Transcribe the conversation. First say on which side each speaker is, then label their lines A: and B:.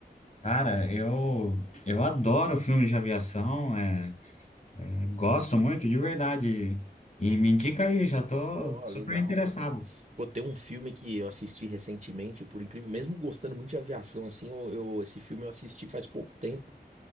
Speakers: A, on the left; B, on the right.
A: Cara, eu, eu adoro filmes de aviação, é, é, gosto muito, de verdade. E me indica aí, já tô
B: Ó,
A: super
B: legal,
A: interessado.
B: cara. Pô, tem um filme que eu assisti recentemente, por incrível, mesmo gostando muito de aviação, assim, eu, eu- esse filme eu assisti faz pouco tempo.